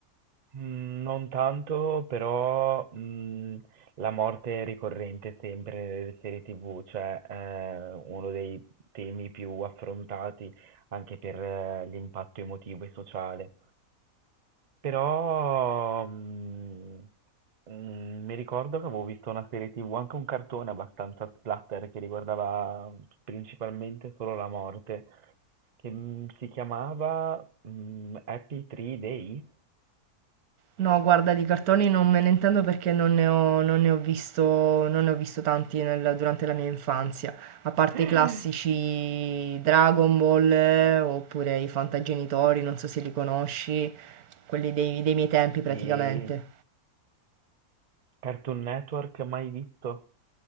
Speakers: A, on the right; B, on the right.
A: Mm, Non tanto, però mm, la morte è ricorrente sempre nelle serie TV, cioè eh, uno dei temi più affrontati anche per eh, l'impatto emotivo e sociale. Però, mhmm, mhmm, mi ricordo che avevo visto una serie TV, anche un cartone abbastanza splatter che riguardava principalmente solo la morte, che, mhmm, si chiamava, mhmm, Happy Tree Day?
B: No, guarda, di cartoni non me ne intendo perché non ne ho, non ne ho visto, non ne ho visto tanti nel- durante la mia infanzia, a parte
A: <laughs>
B: i classici Dragon Ball eh, oppure i Fantagenitori, non so se li conosci, quelli dei dei miei tempi praticamente.
A: Sì, Cartoon Network, mai visto?